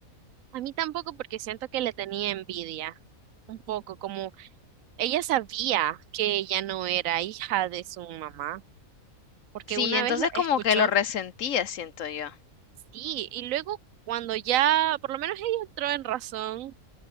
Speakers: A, on the right (about 75°); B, on the left (about 65°).
A: A mí tampoco porque siento que le tenía envidia, un poco, como ella sabía que ella no era hija de su mamá, porque
B: Sí,
A: una
B: entonces
A: vez lo
B: como
A: escuchó,
B: que lo resentía, siento yo.
A: sí, y luego cuando ya, por lo menos ella entró en razón